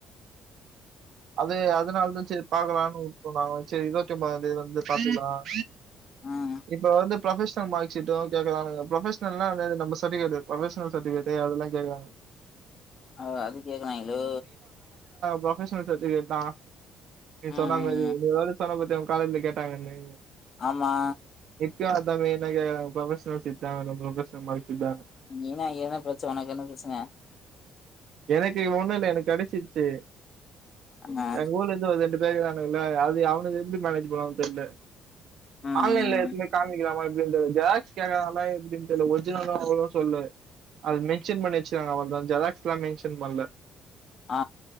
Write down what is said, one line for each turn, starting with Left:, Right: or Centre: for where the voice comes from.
Right: அது அதனாலதா செரி பாக்கலான்னு உட்டோம் நாங்களும் செரி இருவத்தி ஒம்பதா தேதி வந்து பாத்துக்கலாம்
Left: ம் ம்
Right: இப்ப வந்து ப்ரொபஷனல் மார்க் ஷீட்டும் கேக்கறானுங்க ப்ரொபஷனல்லா அந்த நம்ம சர்டிபிகேட் ப்ரொபஷனல் சர்டிபிகேட்டு அதெல்லாம் கேக்கறானுங்க
Left: அதா அது கேக்கறாங்களோ
Right: ப்ரொபஷ் ஷனல் சட்டிவிகேட்டா நீ
Left: ம்
Right: சொன்ன
Left: ம்
Right: மாரி
Left: ம்
Right: இனிவாலு சொன்னப்பத்தியா அவுங்க காலேஜ்ல கேட்டாங்கன்னு
Left: ஆமா
Right: இப்பயும் அதான் வேணுன் கேக்கறாங்க பிரொபஷ்னல்ஸ் ஷீட்தா வேணும் பிரொபஷ்னல் மாரி இல்லாம
Left: நீனா என்ன பிரச்சன உனக்கு என்ன பிரச்சன
Right: எனக்கு ஒன்னுல்ல எனக்கு கெடைச்சி சேரி
Left: ஆமா
Right: எங்க ஊர்ல இருந்து வந்துட்டு பிளே கிறாங்க இல்ல அது அவனுக்கு எப்டி மேரேஜி பண்ணுவாங்க தெர்ல
Left: ம்
Right: ஆன்லைன்ல
Left: ம்
Right: எடுத்துனு போய் காமிக்கலாமா எப் அப்பட ஜெராக்ஸ் கேறனால எப்படின் தெரிய ஒரிஜினலா அவளோ சொல்லு அது மென்ஷன் பண்ணி வச்சுாங்க அவ்வளதா ஜெராகஸ் லெமினேஷன் பண்ல
Left: ஆ